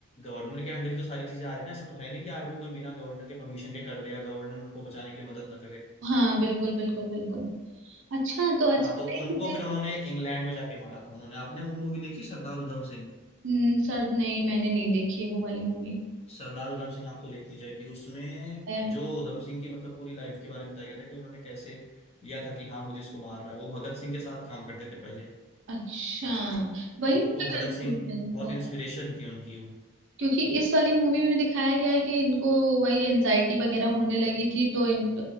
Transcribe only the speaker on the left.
गवर्नर के अंडर ही तो सारी चीजें आ रही ना ऐसा तो है नहीं कि आर्मी कोई बिना गवर्नर के परमिशन के कर ले या गवर्नर उनको बचाने के लिए मदद ना करे
हाँ तो
उनको
फिर उन्होंने इंग्लैंड में जाके मारा था उन्होंने आपने वो मूवी देखी सरदार उधम सिंह
सरदार उधम सिंह आपको देखनी चाहिए थी उसमें
जो उधम सिंह की मतलब पूरी लाइफ के बारे में बताया गया था कि उन्होंने कैसे लिया था कि हाँ मुझे इसको मारना है वो भगत सिंह के साथ काम करते थे पहले
तो
उनको भगत
सिंह बहुत
इंस्पिरेशन थी उनकी वो